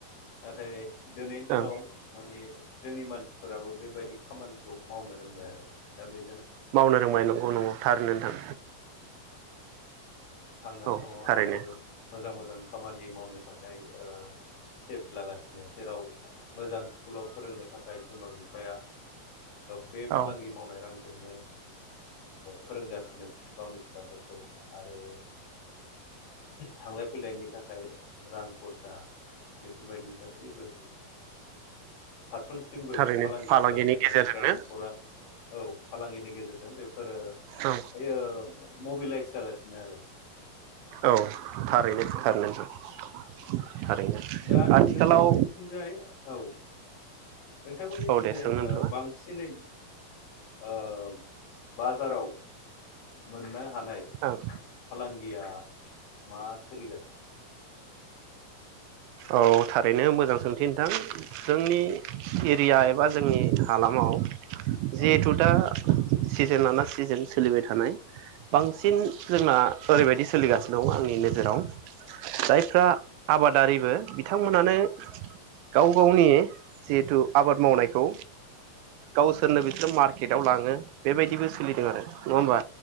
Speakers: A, on the left (about 65°); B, on the right (about 85°).
A: नाथाय। दिनै दिनाव
B: ओं
A: माने जोंनि मानसिफोराबो बेबायदि खामानिखौ मावनो रोंबाय आरो दा बे
B: मावनो रोंबाय नंगौ नंगौ थार नोंथां।
A: थांनानै
B: औ
A: दङ
B: थारैनो
A: आरो मोजां मोजां खामानि मावनो थाखाय स्टेप लागासिनो जेराव मोजां स्कुलाव फोरोंनो थाखाय बिमा बिफाया बे
B: औ
A: फालांगि मावनाय रां जोंनो फोरोंगासिनो गावनि फिसाफोरखौ आरो थांलाय फैलायनि थाखाय रां खरसा बेफोरबायदि गासैबो फारफ्रोमथिमबो
B: थारैनो
A: फालांगि
B: फालांगिनि
A: खालामनाय
B: गेजेरजोंनो
A: जों जाय नखरा औ फालांगिनि गेजेरजों जों बे फोर ओइओ
B: औ
A: मबिलाइस जागासिनो आरो
B: औ थारैनो थारैनो नोंथां। थारैनो
A: दा
B: आथिखालाव
A: नोंथांमोननिथिंजाय औ नोंथांमोननिथिंजाय
B: औ दे सों नोंथाङा
A: बांसिनै ओ बाजाराव मोननो हानाय
B: ओं
A: फालांगिया मा सोलिगासि
B: औ थारैनो मोजां सोंथि नोंथां जोंनि एरिया एबा जोंनि हालामाव जिहेथु
A: औ
B: दा सिजोन लाना सिजोन सोलिबाय थानाय बांसिन जोंना ओरैबायदि सोलिगासिनो दं आंनि नोजोराव जायफ्रा आबादारि फोर बिथांमोनानो गाव
A: नंगौ
B: गावनि जिहेथु आबाद मावनायखौ गावसोरनो बिसोरो मार्केटाव लाङो बेबायदिबो सोलिदों आरो नङा होमबा?